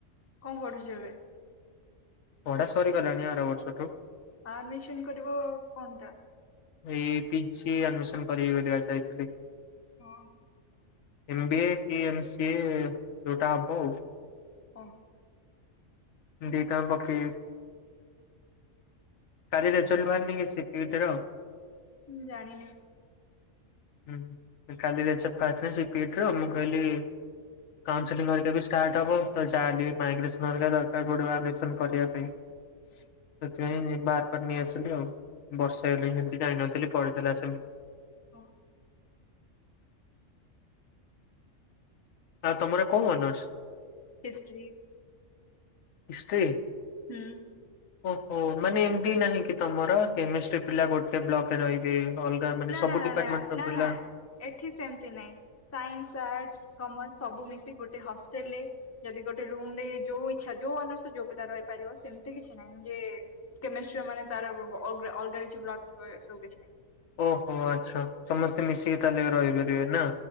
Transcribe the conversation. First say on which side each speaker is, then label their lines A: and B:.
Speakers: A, on the left (about 15°); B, on the left (about 85°).
A: କଣ ପଢୁଚ ଏବେ?
B: ପଢ଼ା ସରି ଗଲାଣି ଆାର ବର୍ଷଠୁ ।
A: ଆଡମିସନ କରିବ କଣ ଟା?
B: ଏଇ ପିଜି ଆଡମିସନ କରିବିି ବୋଲି ବା ଯାଇଥିଲି ।
A: ହଁ ।
B: ଏମ ବି ଏ କି ଏମ ସି ଏ ଯୋଉଟା ହବ ଆଉ ।
A: ଓ ହୋ ।
B: ଦିଇଟା ଆଙ୍କ ପକେଇବି। କାଲି ରେଜଲ୍ଟ ବାହାରିନି କି ସିଟିଇଟି ର।
A: ମୁଁ ଜାଣିନି।
B: ହୁଁ କାଲି ରେଜଲ୍ଟ ବାହାରିଚି ନା ସିଟିଇଟି ର। ମୁଁ କହିଲି କାଉନସିଲିଂ ହେରିକା ବି ଷ୍ଟାର୍ଟ ହବ ତ ଯାହା ମାଇଗ୍ରେସନ ହେରିକା ଦରକାର ପଡିବ ଆଡମିସନ କରିବା ପାଇଁ । ସେଥିପାଇଁ ବାହାର କରି ନେଇ ଆସିଲି ଆଉ। ବର୍ଷେ ହେଲା ସେମିତି ଯାଇନଥିଲି ପଡ଼ିଥିଲା ସେମିତି।
A: ହଁ ।
B: ଆଉ ତମର କୋଉ ଅନର୍ସ?
A: ହିଷ୍ଟ୍ରୀ।
B: ନିଶ୍ରୀ?
A: ହୁଁ ।
B: ଓହୋ ମାନେ ଏମିତି ନାହିଁ କି ତମର କେମିଷ୍ଟ୍ରି ପିଲା ଗୋଟେ ବ୍ଲକରେ ରହିବେ? ଅଲଗା ମାନେ
A: ନା
B: ସବୁ
A: ନା ନା
B: ଡିପାର୍ଟମେଣ୍ଟର
A: ନା ନା
B: ପିଲା
A: ନା। ଏଠି ସେମିତି ନାଇଁ ସାଇନ୍ସ ଆର୍ଟସ କମର୍ସ ସବୁ ମିଶ ଗୋଟେ ହଷ୍ଟେଲ ରେ ଯଦି ଗୋଟେ ରୁମ ରେ ଯୋଉ ଇଚ୍ଛା ଯୋଉ ଅନୁସ୍ୟ ଯୋଗ୍ୟତା ରହିପାରିବ ସେମିତି କିଛି ନାହିଁ । ମାନେ ତାରଗ ବୁ କିଛି ନାହିଁ ।
B: ଓହୋ ଆଚ୍ଛା ସମସ୍ତେ ମିଶିକି ତାହେଲେ ରହିପାରିବେ ନା?